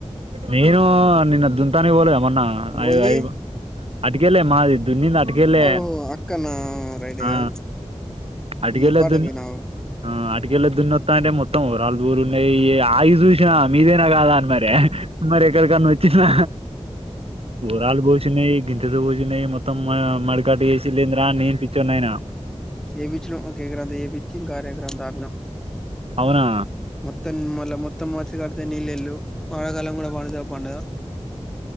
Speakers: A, on the right; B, in the centre.
A: నేను నిన్న దుంతాని పోలే అమొన్న ఐ
B: ఓల్ది
A: ఐదు అటికలే మాది దునింది అటికళ్లే
B: ఓ అక్కనా రైటే
A: ఆ
B: కాదు
A: అడ్గలా
B: ఈ బాటకు
A: దున్న
B: పోయినావు
A: అతికెళ్ళే దున్నొత్తా అంటే మొత్తం లు దూరు ఉన్నాయి ఆగి చూసినా మీదైనా కాదా అని మరి మరి ఎక్కడికన్నా వచ్చినా రాలు బోషినే గింజలు బోసి మొత్తం మొత్తం మడికాట్ వసి లేంద్రా నేను పిచ్చిన్నాయనా
B: ఏపిచిన కేకరా ఏపిచ ఇంకా అరకెరందక అిన
A: అవునా
B: మొత్తం ని మల్ల మొత్తం మాచగాడతే నీలెళ్లు మళకాలం కూడా వర్ష పండుద